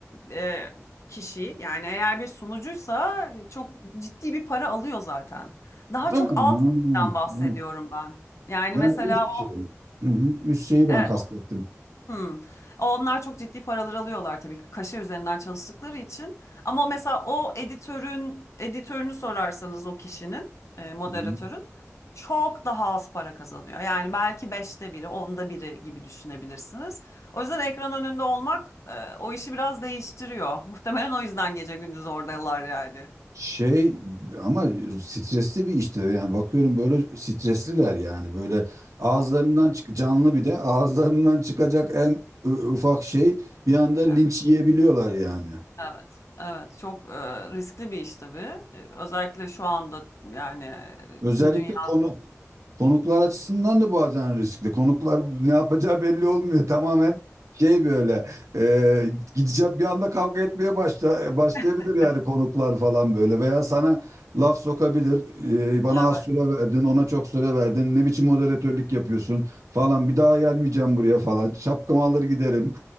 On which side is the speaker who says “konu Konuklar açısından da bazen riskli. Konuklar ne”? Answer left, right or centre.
Right